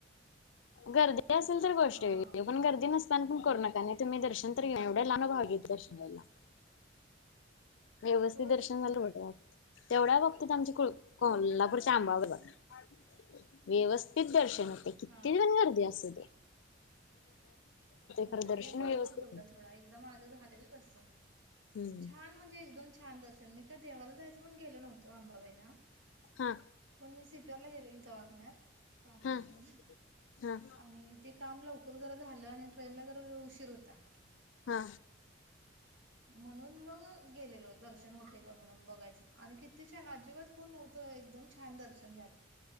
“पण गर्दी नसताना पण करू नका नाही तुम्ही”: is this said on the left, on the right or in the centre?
Left